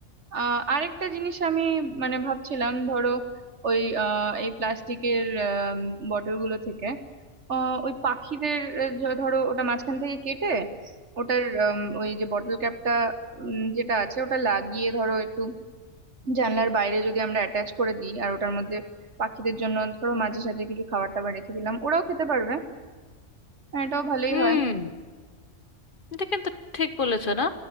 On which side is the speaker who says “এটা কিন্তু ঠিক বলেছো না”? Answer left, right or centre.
Left